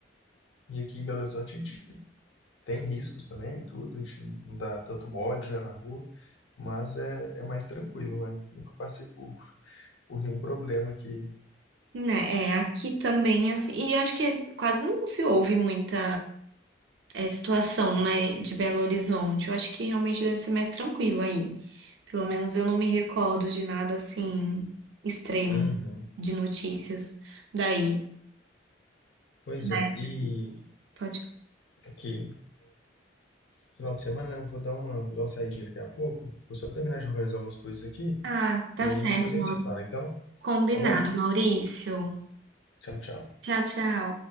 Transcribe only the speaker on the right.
né, é aqui também assim. E eu acho que quase não se ouve muita é, situação, né, de Belo Horizonte. Eu acho que realmente deve ser mais tranquilo aí. Pelo menos eu não me recordo de nada assim extremo
de notícias daí,
né?
Pode.
Ah, tá
certo,
Mauri.
Combinado,
Maurício.
Tchau, tchau.